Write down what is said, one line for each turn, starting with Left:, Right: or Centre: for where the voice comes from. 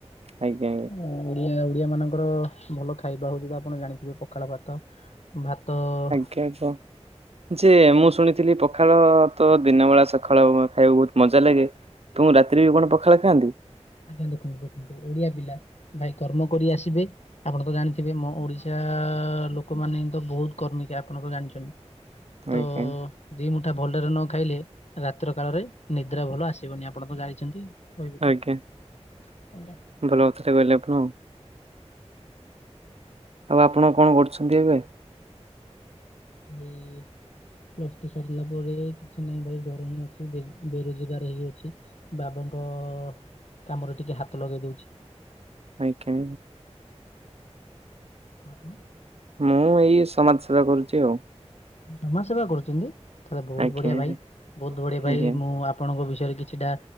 Right: ଆଜ୍ଞା
Left: ଉ-ଉ ଓଡ଼ିଆ ଓଡ଼ିଆ ମାନଙ୍କର-ଅ-ଅ ଭଲ ଖାଇବା ହଉଛି ତ ଆପଣ ଜାଣିଥିବେ ପଖାଳ ଭାତ୍ ତ ଭାତ-ଅ-ଅ-ଅ
Right: <unintelligible> ଯେ ମୁଁ ଶୁଣିଥିଲି ପଖାଳ-ଅ-ଅ ତ ଦିନ ବେଳା ସଖାଳ ଅ ଖାଇବାକୁ ବହୁତ ମଜା ଲାଗେ। ତମର ରାତିରେ ବି କଣ ପଖାଳ ଖାଆନ୍ତି?
Left: ଆଜ୍ଞା ଦେଖନ୍ତୁ ମୁଁ ଓଡିଆ ପିଲା ଭାଇ କର୍ମ କରି ଆସିବେ ଆପଣ ତ ଜାଣିଥିବେ ମୋ ଓଡ଼ିଶା-ଆ-ଆ-ଆ ଲୋ କମାନେ ତ ବହୁତ କର୍ମୀକା ଆପଣ ତ ଜାଣିଛନ୍ତି
Right: ଆଜ୍ଞା
Left: ତ-ଅ-ଅ-ଅ ଦି ମୁଠା ଭଲରେ ନ ଖାଇଲେ ରାତ୍ର କାଳରେ ନିଦ୍ରା ଭଲ ଆସିବନି ଆପଣ ତ ଜାଣିଛନ୍ତି। କହିବି କଣ
Right: ଆଜ୍ଞ।
Left: <unintelligible>
Right: ଭଲ କଥାଟେ କହିଲେ ଆପଣ। ଆଉ ଆପଣ କଣ କରୁଛନ୍ତି ଏବେ?
Left: ଏଇ-ଇ-ଇ-ଇ ପ୍ଲସ ଥ୍ରୀ ସରିଲା ପରେ-ଏ-ଏ କିଛି ନାଇଁ ଭାଇ ଘରେ ହିଁ ଅ ଛି ବେ ବେରୋଜଗାର ହେଇ ଅଛି ବାବାଙ୍କ-ଅ-ଅ-ଅ-ଅ କାମରେ ଟିକେ ହାତ ଲଗେଇ ଦଉଛି।
Right: ଆଜ୍ଞା।
Left: ଆପଣ
Right: ମୁଁ ଏଇ ସମାଜ ସେବା କରୁଛି ଆଉ।
Left: ସମାଜ ସେବା କରୁଛନ୍ତି ତାହେଲେ ବହୁତ
Right: ଆଜ୍ଞା
Left: ବଢିଆ
Right: ଆଜ୍ଞା।
Left: ଭାଇ ବହୁତ ବଢିଆ ଭାଇ
Right: ଆଜ୍ଞା।
Left: ମୁଁ-ଉ-ଉ ଆ ଆପଣଙ୍କ ବିଷୟରେ କିଛିଟା